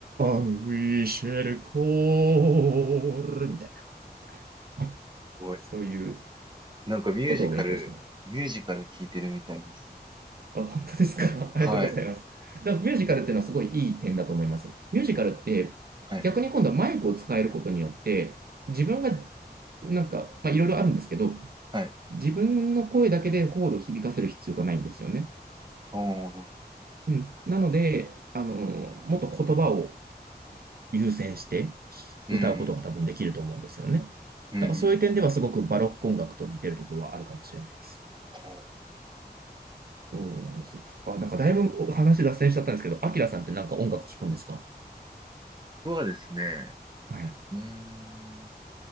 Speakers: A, on the right; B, on the right.
A: ンウィシェルコール、みたいな。
B: ごい
A: そういう
B: なんかミュージカル、
A: ことを勉強してます。
B: ミュージカル聞いてるみたいです。
A: あ、本当ですか。<laughs> ありがとうございます。
B: はい。
A: だからミュージカルっていうのはすごいいい点だと思います。ミュージカルって逆に今度はマイクを使えることによって自分が
B: はい。
A: なんか、まあ、いろいろあるんですけど
B: はい。
A: 自分の声だけでホールを響かせる必要がないんですよね。
B: おー、なるほど。
A: うん、なので、あのもっと言葉を優先して
B: うん。
A: 歌うことが多分できると思うんですよね。
B: うん。
A: だからそういう点ではすごくバロック音楽と似てるところはあるかもしれないです。
B: うんうんほう
A: そうなんですよ。あ、なんかだいぶ話脱線しちゃったんですけど、アキラさんってなんか音楽聴くんですか
B: 僕はですね、
A: はい。
B: うーん、